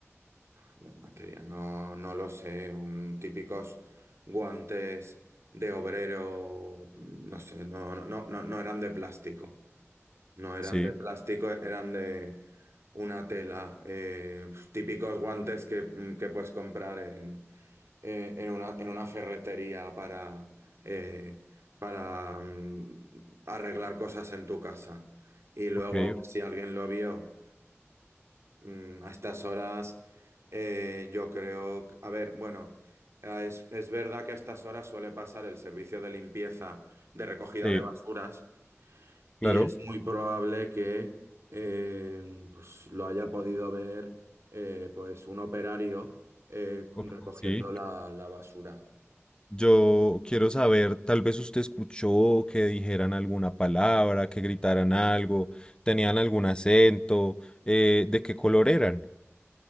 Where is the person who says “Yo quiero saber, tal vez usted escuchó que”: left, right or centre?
Left